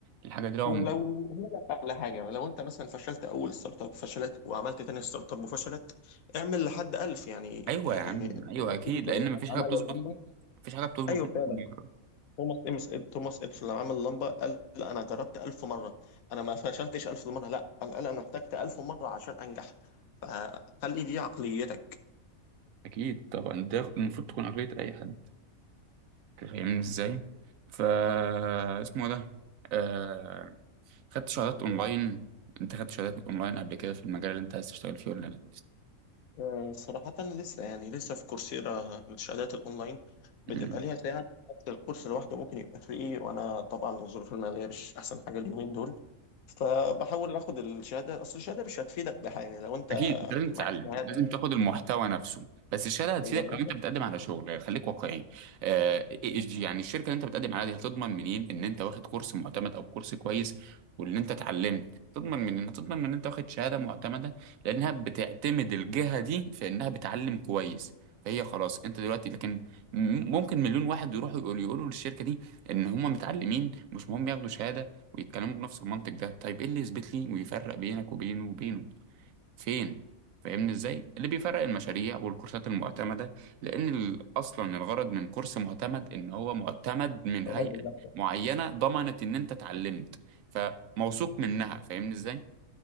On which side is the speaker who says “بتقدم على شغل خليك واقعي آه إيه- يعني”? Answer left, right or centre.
Right